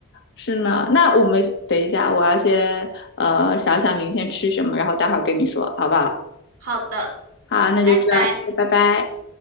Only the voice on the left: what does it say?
是呢，那我们等一下，我要先呃想想明天吃什么，然后待会儿跟你说，好不好？
好，那就这样拜拜。